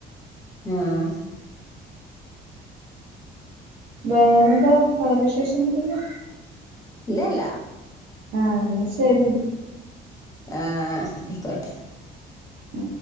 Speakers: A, on the left (about 20°); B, on the right (about 80°).
A: ആഹ്.
B: വേറെ എന്താ വേറെ വിശേഷം ഒന്നുമില്ലല്ലോ.
A: ഇല്ലല്ല
B: ആഹ് ന്നാ ശരി ന്നാ
A: ആഹ് അയ്ക്കോട്ടെ
B: ഉം